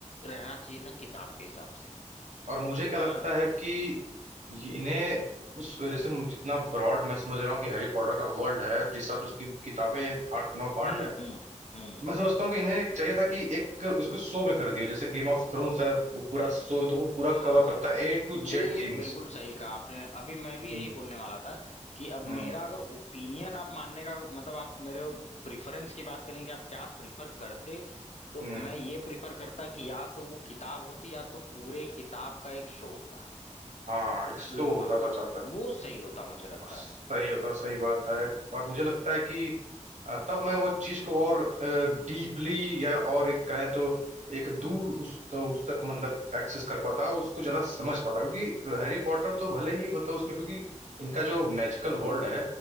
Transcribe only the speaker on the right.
और मुझे क्या लगता
है कि ये- इन्हें उस जैसे मु- जितना ब्रॉड मैं समझ रहा हूँ कि हैरी पॉटर का वर्ल्ड है जिस हिसाब से उसकी किताबें आठ नौ पार्ट
है
मैं समझता हूँ कि इन्हें एक चाहिए था कि एक उसको शो में कर दिया जैसे गेम ऑफ थ्रोन्स है वो पूरा शो तो वो पूरा
कवर करता है ए टू
जेड things
Hmm
hmm
Hmm
हाँ एक शो
होता तो अच्छा होता
सही होता सही बात है और मुझे लगता है कि अ, तब मैं वो चीज को और डीपली या और एक कहें तो एक दूर उस तो उस तक मतलब एक्सेस कर पाता उसको ज्यादा समझ पाता क्योंकि हैरी पॉटर तो भले ही मतलब उसमें क्योंकि इनका जो मैजिकल वर्ल्ड है